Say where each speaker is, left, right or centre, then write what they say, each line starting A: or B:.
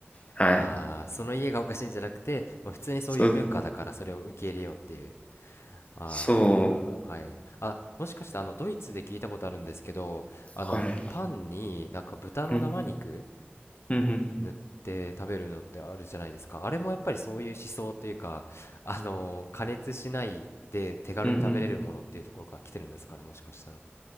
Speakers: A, on the left; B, on the left.
A: はい。
B: ああ、その家がおかしいんじゃなくて、まあ、普通にそういう文化だからそれを受け入れようっていう。
A: そう、
B: ああ、
A: そう。
B: はい。あ、もしかしてあの、ドイツで聞いたことあるんですけど、あの、
A: はい。
B: パンになんか豚の生肉
A: うん、うんうん、
B: 塗って食べるのってあるじゃないですか。あれもやっぱりそういう思想というか、あの加熱しないで手軽に食べれるものっていうところから来てるんですかね、
A: うんうん。
B: もしかしたら。